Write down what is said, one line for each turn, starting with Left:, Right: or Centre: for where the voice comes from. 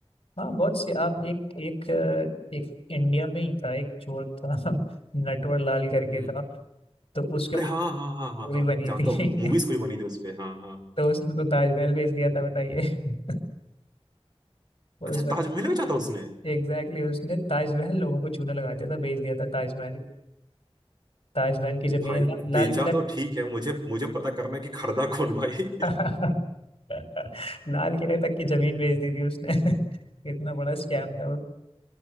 Left: हाँ बहुत सी आप एक एक अ, एक इंडिया में ही था एक चोर था <laughs> नटवर लाल करके
Right: हम्म।
Left: था तो उसके
Right: अरे
Left: ऊपर
Right: हाँ हाँ हाँ हाँ
Left: मूवी
Right: हाँ
Left: बनी
Right: जानता
Left: थी
Right: हूँ मूवीज
Left: <laughs>
Right: कोई बनी थी उस पे हाँ हाँ
Left: तो उसने तो ताजमहल बेच दिया था बताइए <laughs> उस
Right: अच्छा ताजमहल बेचा था उसने
Left: एग्जैक्टली exactly, उसने ताजमहल लोगों को चूना लगा दिया था बेच दिया था ताजमहल ताजमहल की
Right: भाई
Left: जमीन ला,
Right: बेचा
Left: लाल
Right: तो ठीक है मुझे मुझे पता करना है कि खरीदा कौन भाई
Left: किला <laughs> <laughs> लाल किले तक की जमीन बेच दी थी उसने <laughs> इतना बड़ा स्कैम था वो।